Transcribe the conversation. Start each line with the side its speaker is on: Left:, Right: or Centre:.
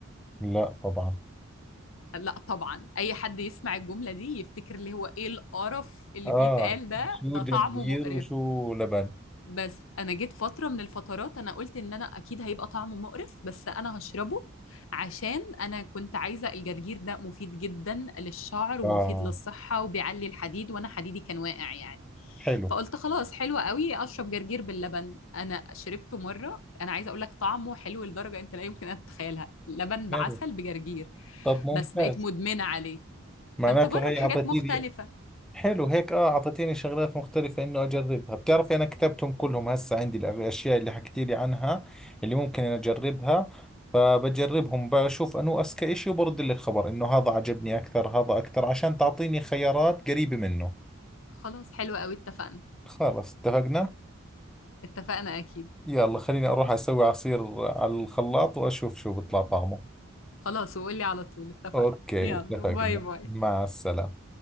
Centre: لا طبعا
Left: لا طبعا اي حد يسمع الجمله دي يفتكر اللي هو ايه القرف اللي
Centre: اه
Left: بيتقال ده
Centre: شو
Left: ده طعمه
Centre: جرجير
Left: مقرف
Centre: وشو لبن
Left: بس انا جيت فتره من الفترات انا قلت ان انا اكيد هيبقى طعمه مقرف بس انا هشربه عشان انا كنت عايزه الجرجير ده مفيد جدا للشعر ومفيد
Centre: اه
Left: للصحه وبيعلي الحديد وانا حديدي كان واقع يعني
Centre: حلو
Left: فقلت خلاص حلوة قوي اشرب جرجير باللبن انا شربته مره انا عايزه اقول لك طعمه حلو لدرجه انت لا يمكن ان تتخيلها لبن
Centre: حلو
Left: بعسل بجرجير
Centre: طب ممتاز
Left: بس بقيت مدمنه عليه
Centre: معناته
Left: فانت جرب
Centre: هي
Left: حاجات
Centre: اعطيتيني
Left: مختلفه
Centre: حلو هيك اه اعطيتيني شغلات مختلفة انه اجربها بتعرفي انا كتبتهم كلهم هسه عندي الأغ- الاشياء اللي حكيتي لي عنها اللي ممكن انا اجربها فبجربهم بشوف انو اذكى اشي وبرد لك خبر انه هذا عجبني اكثر هذا اكثر عشان تعطيني خيارات قريبة منه
Left: خلاص حلوة قوي اتفقنا
Centre: خلاص اتفقنا
Left: اتفقنا اكيد
Centre: يلا خليني اروح اسوي عصير على الخلاط واشوف شو بيطلع طعمه
Left: خلاص وقولي على طول اتفقنا
Centre: اوكي
Left: يلا
Centre: اتفقنا
Left: باي باي
Centre: مع السلامة